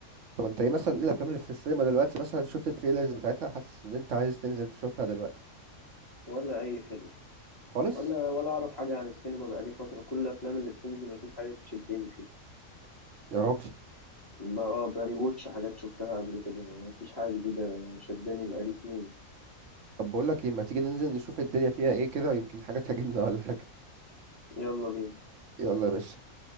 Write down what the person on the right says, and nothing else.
طب انت ايه مثلا ايه الافلام اللي في السينما دلوقتي مثلا شفت التريلرز بتاعتها حاسس ان انت عايز تنزل تشوفها دلوقتي
خالص
يا راجل
طب بقول لك ايه ما تيجي ننزل نشوف الدنيا فيها ايه كده يمكن حاجه تعجبنا ولا حاجه
يلا يا باشا